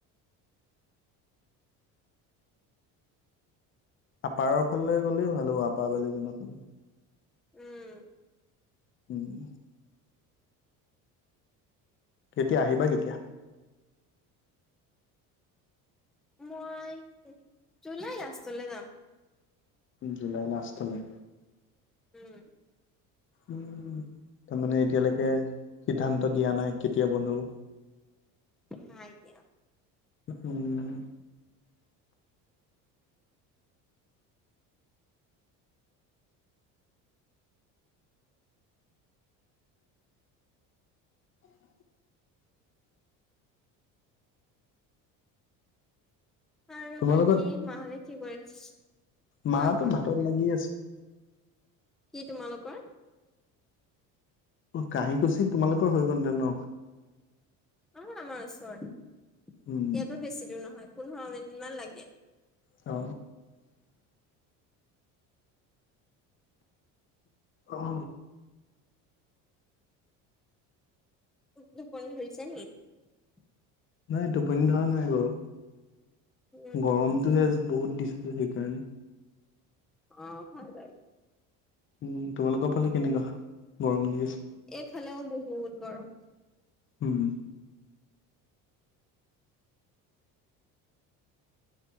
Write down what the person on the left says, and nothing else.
আপাৰৰ ফালে গ'লে ভাল হ'ব আপাৰৰ বালিজনৰ ফালে
উম। কেতিয়া আহিবা কেতিয়া।
জুলাই লাষ্টলৈ
উ তাৰমানে এতিয়ালৈকে সিদ্ধান্ত দিয়া নাই কেতিয়া বন্ধ হ'ব।
উম। <inaudible> <inaudible> <inaudible>
তোমাৰাল
লগত
মাহতটো
ভাতত লাগি আছে।
কাঁহী কুছি তোমালোকৰ হৈ কনতে ন
উম
অ অহ।
নাই টোপনি ধৰা নাই বাৰু
গৰমতটোহে বহুত। দিছটো সেইকাৰণে
উম তোমালোকৰ ফালে কেনেকুৱা গৰম দি আছে
হম।